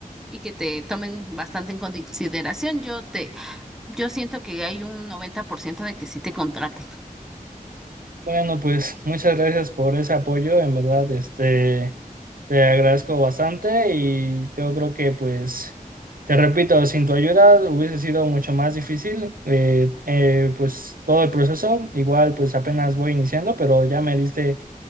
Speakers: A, in the centre; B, on the right.
A: y que te tomen bastante en consideración. Yo te yo siento que hay un 90% de que sí te contraten.
B: Bueno, pues muchas gracias por ese apoyo, en verdad, este, te agradezco bastante y yo creo que pues, te repito, sin tu ayuda hubiese sido mucho más difícil, eh, eh, pues todo el proceso, igual pues apenas voy iniciando, pero ya me diste